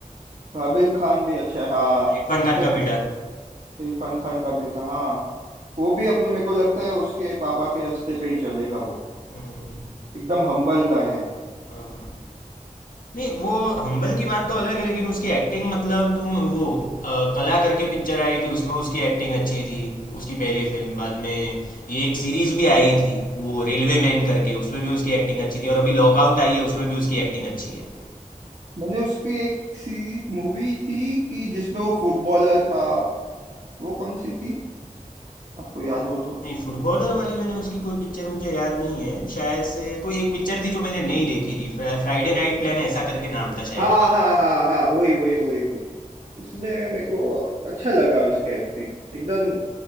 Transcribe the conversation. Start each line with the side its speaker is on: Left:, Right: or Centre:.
Right: आबिर खान भी अच्छा है हाँ
Left: इरफान
Right: अपने
Left: खान का
Right: प-
Left: बेटा
Right: इरफान खान का बेटा हाँ वो भी अपने मेरे को लगता है उसके पापा के रास्ते पे ही चलेगा वो
Left: हम्म,
Right: एकदम हम्बल गाय है
Left: हाँ। नहीं वो हम्बल की बात तो अलग है लेकिन उसकी एक्टिंग मतलब तुम वो अ, कला करके पिक्चर आई थी उसमें उसकी एक्टिंग अच्छी थी उसकी पहली फिल्म बाद में ये एक सीरीज भी आई थी वो रेलवे मैन करके उसमें भी उसकी एक्टिंग अच्छी थी और अभी लॉकआउट आई है उसमें भी उसकी एक्टिंग अच्छी है
Right: मैंने उसकी एक सी मूवी थी कि जिसमें वो फुटबॉलर था वो कौन सी थी आपको याद हो तो
Left: नहीं फुटबॉलर वाली मैंने उसकी कोई पिक्चर मुझे याद नहीं है शायद से कोई एक पिक्चर थी जो मैंने नहीं देखी थी फ्रा, फ्राइडे नाइट प्लान ऐसा करके नाम था शायद
Right: हाँ हाँ हाँ हाँ वही वही वही वही उसमें मेरे को अच्छा लगा उसके एक्टिंग एकदम